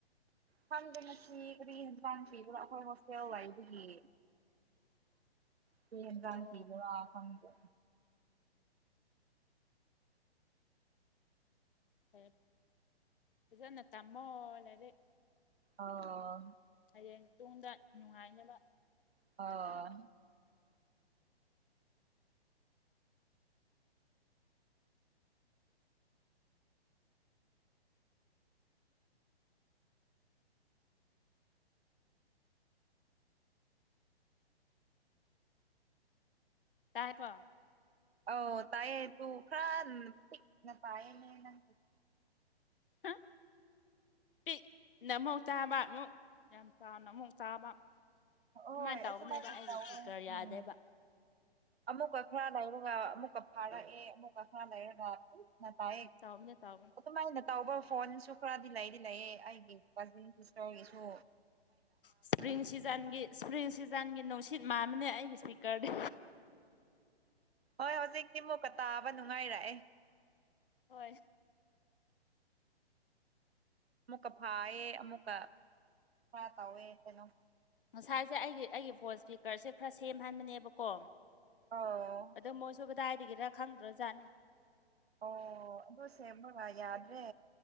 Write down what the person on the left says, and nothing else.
<inaudible>
ꯑꯣ
ꯐꯩ ꯐꯖꯅ ꯇꯝꯃꯣ ꯂꯥꯏꯔꯤꯛ
ꯍꯌꯦꯡ ꯇꯨꯡꯗ ꯅꯨꯡꯉꯥꯏꯅꯕ
ꯇꯥꯏꯀꯣ
ꯍꯥ ꯄꯤꯛꯅ ꯑꯃꯨꯛ ꯇꯥꯕ ꯑꯃꯨꯛ ꯌꯥꯝ ꯆꯥꯎꯅ ꯑꯃꯨꯛ ꯇꯥꯕ
ꯑꯗꯨꯃꯥꯏ ꯇꯧꯕꯅꯦꯕ
ꯑꯩꯁ
ꯏꯁꯄꯤꯀꯔ
ꯌꯥꯗꯦꯕ
ꯇꯧꯕꯅꯦ ꯇꯧꯕꯅꯦ
ꯏꯁꯄ꯭ꯔꯤꯡ ꯁꯤꯖꯟꯒꯤ ꯏꯁꯄ꯭ꯔꯤꯡ ꯁꯤꯖꯟꯒꯤ ꯅꯨꯡꯁꯤꯠ ꯃꯥꯥꯟꯕꯅꯦ ꯑꯩꯒꯤ ꯏꯁꯄꯤꯀꯔꯗꯤ
ꯍꯣꯏ
ꯉꯁꯥꯏꯁꯦ ꯑꯩꯒꯤ ꯑꯩꯒꯤ ꯐꯣꯟ ꯏꯁꯄꯤꯀꯔꯁꯦ ꯈꯔ ꯁꯦꯝꯍꯟꯕꯅꯦꯕꯀꯣ
ꯑꯗꯣ ꯃꯣꯏꯁꯨ ꯀꯗꯥꯏꯗꯒꯤꯔ ꯈꯪꯗ꯭ꯔꯖꯥꯠꯅꯤ